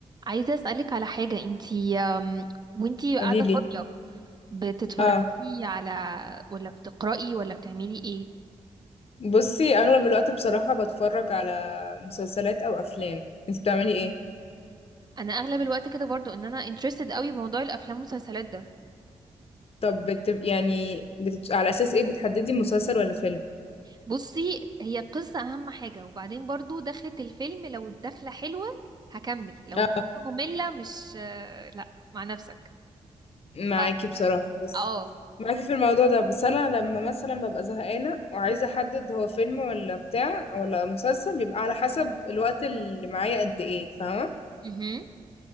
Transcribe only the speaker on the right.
عايزة أسألك على حاجة انتي أم، وانتي قاعدة
فاضية بتتفرجي
على ولا بتقرأي ولا بتعملي ايه
انا اغلب الوقت كده برضو ان انا interested قوي بموضوع الافلام والمسلسلات ده
بصي هي قصة اهم حاجة وبعدين برضو دخلة الفيلم لو الدخلة حلوة هكمل لو
الدخلة مملة مش آه، لا مع نفسك
ف
اه
مهم.